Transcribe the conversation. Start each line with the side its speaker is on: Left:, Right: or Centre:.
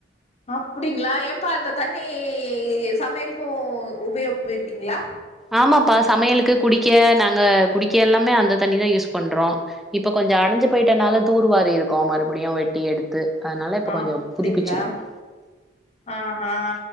Left: அப்டிங்களா ஏம்ப்பா அது தண்ணி சமயலுக்கு உபயோகிப்பீங்களா
Centre: ஆமாப்பா சமயலுக்கு குடிக்க நாங்க குடிக்க எல்லாமே அந்த தண்ணிதா யூஸ் பண்றோ இப்ப கொஞ் கொஞ்சோ அடஞ்சு போயிட்டனால தூர்வாரி இருக்கோ மறுபடியு வெட்டி எடுத்து அதனால இப்ப
Left: அப்டிங்களா
Centre: கொஞ்சம் புதுப்பிச்சிருக்கோம்.
Left: ஆஹா